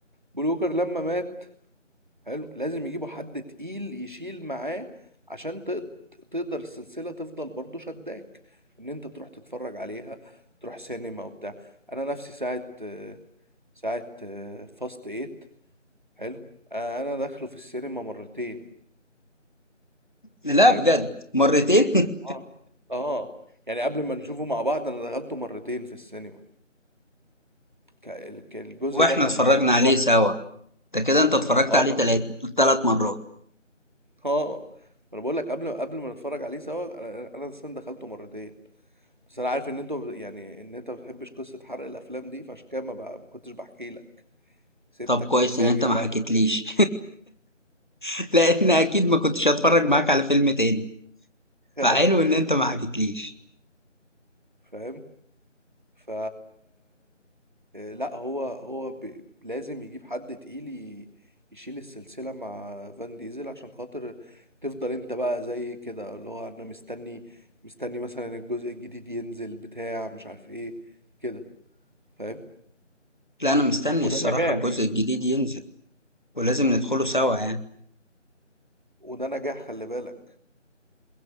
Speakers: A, on the right; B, on the left.
A: بول ووكر لما مات حلو لازم يجيبوا حد تقيل يشيل معاه عشان تقد- تقدر السلسلة تفضل برضو شداك ان انت تروح تتفرج عليها تروح سينما وبتاع انا نفسي ساعة آه، ساعة فاست ايت حلو آه، انا داخله في السينما مرتين
B: لا
A: فاهم
B: بجد مرتين
A: اه اه يعني قبل ما نشوفه مع بعض انا دخلته مرتين في السينما ك- ال- ك- الجزء
B: <laughs> واحنا
A: ده كان
B: اتفرجنا
A: كان تحفه
B: عليه سوا ده كده انت اتفرجت
A: اه
B: عليه
A: ما انا
B: تلات
A: بقول
B: تلات مرات
A: اه ما انا بقول لك قبل قبل ما نتفرج عليه سوا انا انا السن دخلته مرتين بس انا عارف ان انت ب- يعني ان انت ما بتحبش قصه حرق الافلام دي فعشان كده ما, بقى ما كنتش بحكي لك سبتك
B: طب كويس
A: تتفاجئ
B: ان انت ما
A: بقى
B: حكيتليش
A: بالفيلم
B: <laughs> لان اكيد ما كنتش هتفرج معاك على فيلم تاني فحلو
A: <laughs>
B: ان انت ما حكيتليش
A: فاهم ف لا هو هو ب... لازم يجيب حد تقيل ي... يشيل السلسلة مع فان ديزل عشان خاطر تفضل انت بقى زي كده اللي هو انا مستني مستني مثلا الجزء الجديد ينزل بتاع مش عارف ايه كده فاهم
B: لا انا مستني
A: وده
B: الصراحة
A: نجاح
B: الجزء الجديد ينزل ولازم ندخله سوا يعني
A: وده نجاح خلي بالك